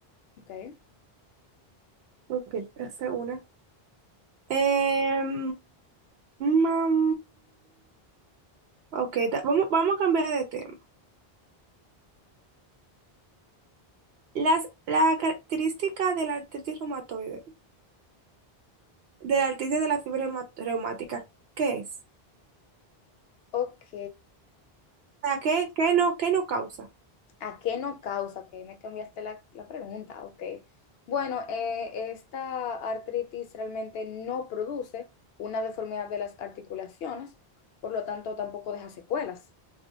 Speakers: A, on the left; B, on the right.
A: Ok.
B: Porque hace una. Em, mam, ok, ta- vamos, vamos a cambiar de tema. Las, la característica de la artritis reumatoide, de la artritis de la fiebre reuma- reumática, ¿qué es?
A: Ok.
B: O sea, ¿qué, qué no, qué no causa?
A: ¿A qué no causa? Ok, me cambiaste la, la pregunta, ok. Bueno, eh, esta artritis realmente no produce una deformidad de las articulaciones, por lo tanto tampoco deja secuelas.